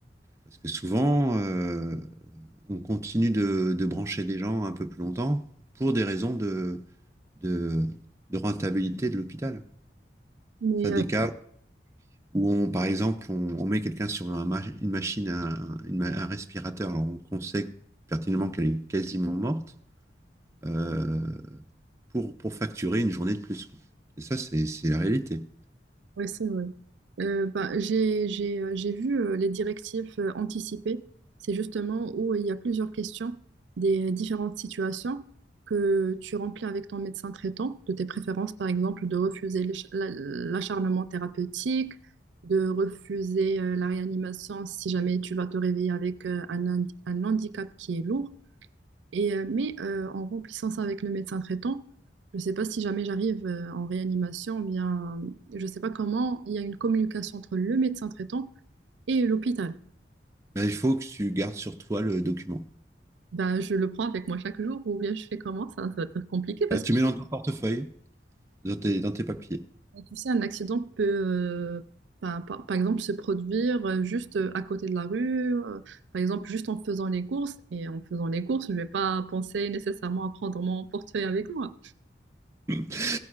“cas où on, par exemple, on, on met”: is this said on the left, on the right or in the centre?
Right